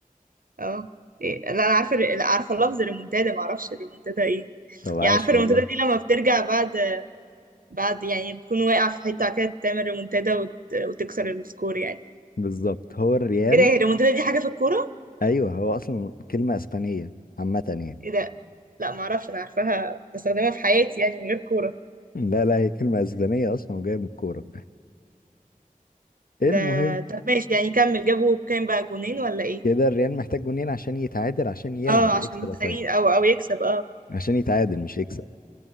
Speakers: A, on the right; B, on the left.
A: اه إيه. لا انا عارفه الر- لا، عارفه لفظ الريمونتادا ما اعرفش الريمونتادا ايه
B: طب عاش
A: يعني عارفه الريمونتادا
B: والله
A: دي لما بترجع بعد بعد يعني بتكون واقع في حته كده تعمل ريمونتادا وت... وتكسر السكور يعني
B: بالظبط هو الريال
A: ايه ده هي الريمونتادا دي حاجه في الكوره
B: ايوه هو اصلا كلمه اسبانيه عامه يعني
A: ايه ده لا ما اعرفش انا عارفاها بستخدمها في حياتي يعني من غير كوره
B: لا لا هي كلمه اسبانيه اصلا وجايه من الكوره
A: ده
B: المهم
A: طب ماشي يعني كمل جابوا كام بقى جونين ولا ايه
B: كده الريال محتاج جونين عشان يتعادل عشان يلعب
A: اه عشان
B: اكسترا
A: محتاجين
B: تايم
A: او او يكسب اه
B: عشان يتعادل مش يكسب